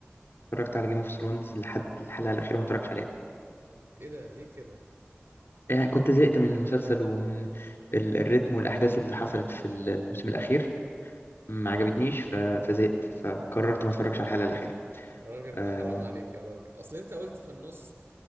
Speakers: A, on the left; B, on the right.
A: اتفرجت على جيم اوف ثرونز لحد الحلقه الاخيره ما اتفرجتش عليها
B: ايه ده ليه كده
A: يعني كنت زهقت من المسلسل ومن ال- الريتم والاحداث اللي حصلت في الموسم الاخير ما عجبتنيش ف- فزهقت فقررت ما اتفرجش على الحلقه الاخيره
B: يا راجل
A: اه,
B: حرام عليك يا راجل اصل انت قلت في النص